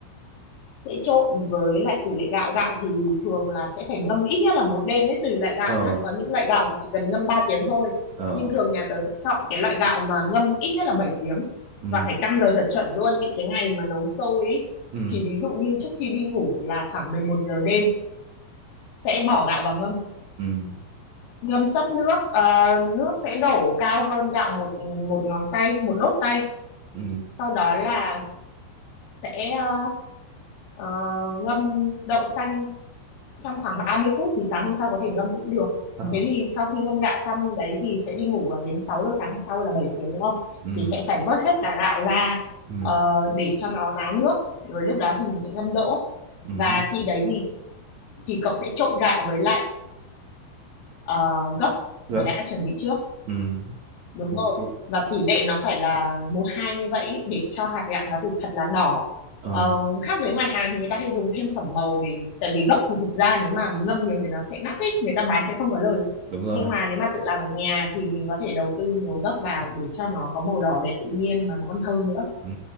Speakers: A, on the left; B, on the right.
A: sẽ trộn với lại tỷ lệ gạo gạo thì thường là sẽ phải ngâm ít nhất là một đêm ấy tùy loại gạo
B: ờ
A: nhá có những loại gạo thì chỉ cần ngâm 3 tiếng thôi
B: ờ
A: nhưng thường nhà tớ sẽ chọn cái loại gạo mà ngâm ít nhất là bảy tiếng
B: ừ
A: và phải căn giờ thật chuẩn luôn những cái ngày mà nấu sôi ấy
B: ừ
A: thì ví dụ như trước khi đi ngủ là khoảng 11 giờ đêm sẽ bỏ gạo vào ngâm
B: ừ
A: ngâm sấp nước ờ, nước sẽ đổ cao hơn gạo một một ngón tay một đốt tay
B: ừ
A: sau đó là sẽ ờ, ờ, ngâm đậu xanh trong khoảng ba mươi phút thì sáng hôm sau có thể ngâm cũng được
B: ờ
A: thế thì sau khi ngâm gạo xong đấy thì sẽ đi ngủ à, đến 6 giờ sáng sau là 7 tiếng đúng không
B: ừ
A: thì sẽ phải vớt hết cả gạo ra
B: ừ
A: ờ, để cho nó ráo nước rồi lúc đó thì mình sẽ ngâm đỗ
B: ừ
A: và
B: hứ.
A: khi đấy thì thì cậu sẽ trộn gạo với lại ờ, gấc
B: gấc
A: mà đã chuẩn bị trước
B: ừ
A: đúng
B: ok
A: rồi và tỷ lệ nó phải là một hai như vậy để cho hạt gạo nó thực thật là đỏ
B: ờ
A: Ờ, khác với ngoài hàng thì người ta hay dùng thêm phẩm màu để tại vì gốc thì thực ra nếu mà ngâm nhiều thì nó sẽ đắt ấy người ta bán sẽ không có lời
B: đúng rồi
A: nhưng mà nếu mà tự làm ở nhà thì mình có thể đầu tư nhiều gốc vào để cho nó có màu đỏ đẹp tự nhiên mà nó còn thơm nữa
B: Ừ.